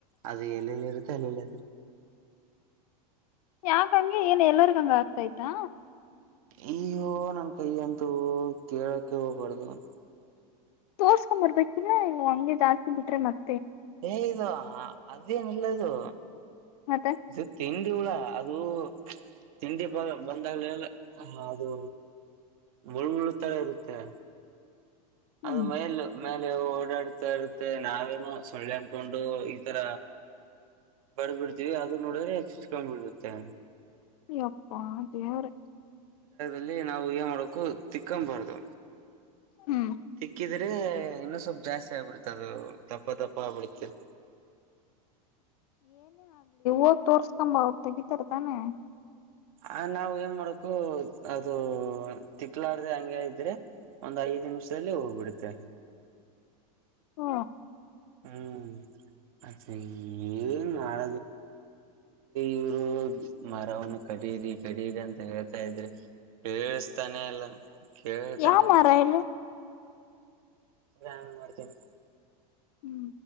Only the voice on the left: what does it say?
ಯಾಕಂಗಗೆ ಏನ್ ಎಲ್ಲರಿಗಂಗ ಆಗ್ತಾಯ್ತಾ
ತೋರ್ಸ್ಕೊ್ ಬರ್ಬೇಕಿಲ್ಲ ನೀ ಹಂಗೆ ಜಾಸ್ತಿ ಬಿಟ್ರೆ ಮರ್
ಮತ್ತೆ
ಹ್ಮ್
ಅಪ್ಪ ದೇವ್ರ
ಹ್ಮ್
ಓ ತೋರ್ಸ್ಕಂಬ ಅವ್ರು ತೆಗಿತಾರತಾನೆ
ಹ್ಮ
ಯಾವ
ಮರ ಹೇಳು
ಹ್ಮ್